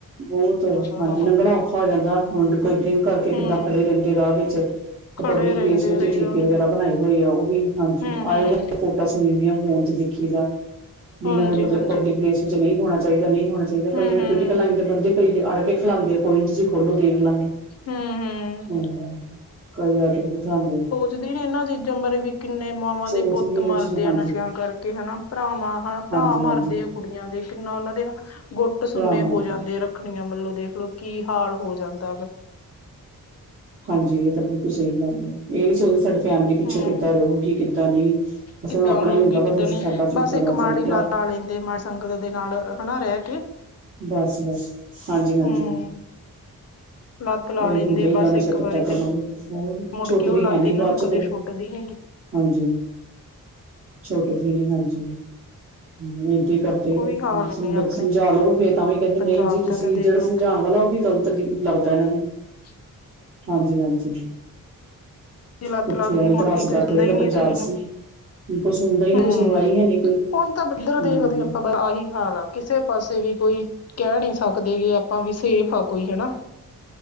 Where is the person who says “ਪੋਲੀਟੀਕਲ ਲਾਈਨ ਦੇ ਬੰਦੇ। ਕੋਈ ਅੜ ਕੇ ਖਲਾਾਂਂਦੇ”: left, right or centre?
Right